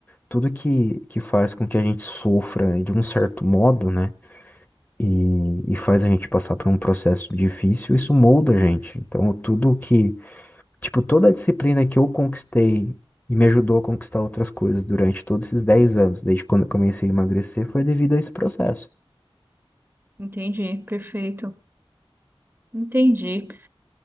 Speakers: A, on the left; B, on the right.
A: tudo que, que faz com que a gente sofra de um certo modo, né? E, e faz a gente passar por um processo difícil, isso molda a gente. Então, tudo que Tipo, toda a disciplina que eu conquistei e me ajudou a conquistar outras coisas durante todos esses 10 anos, desde quando eu comecei a emagrecer, foi devido a esse processo.
B: Entendi, perfeito. Entendi.